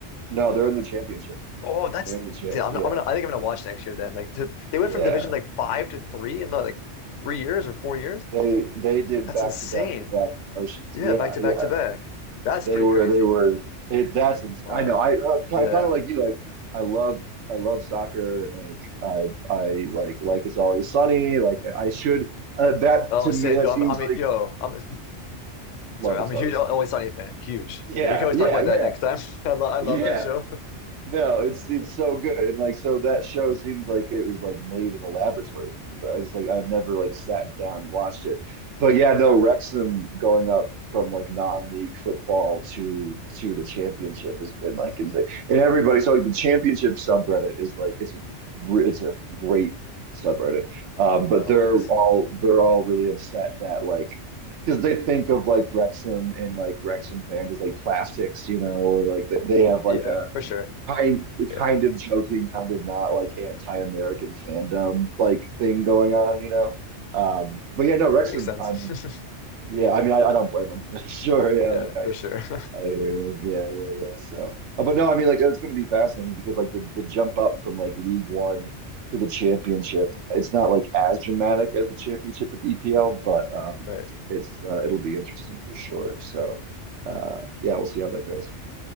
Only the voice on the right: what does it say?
no, they're in the championship.
They're in the champ.
Yeah.
Yeah.
They they did
back
to back to back promotions.
Yeah,
yeah.
They
were
they were it that's ins
I know. I uh, kind
of like you like I love I love soccer. Like I I like like it's always sunny. Like I should uh, that
to
me that
seems
like
love
is
always
Sunny.
Yeah,
yeah,
yeah,
yeah.
No, it's it's
so good. And like so that show seems like it was like made in a laboratory for me, but I just like I've never like sat down and watched it. But yeah, no, Wrexham going up from like non-league football to to the championship has been like insane. And everybody, so like the championship subreddit is like it's a it's a great subreddit. Um, but
they're
all they're all really upset that like because they think of like Wrexham and like Wrexham fan as like plastics, you know, or like they they have like
a
kind the kind
of joking, kind of not like anti-American fandom like thing going
on, you know. Um, but yeah, no, Wrexham.
I mean,
yeah, I mean, I, I don't blame him. <laughs> Sure, yeah,
like I,
I hear, him. yeah, yeah, yeah. So, uh, but no, I mean, like it's going to be fascinating because like the the jump up from like League One to the Championship, it's not like as dramatic as the Championship with EPL, but um,
it's uh, it'll be interesting for sure. So, uh, yeah, we'll see how that goes.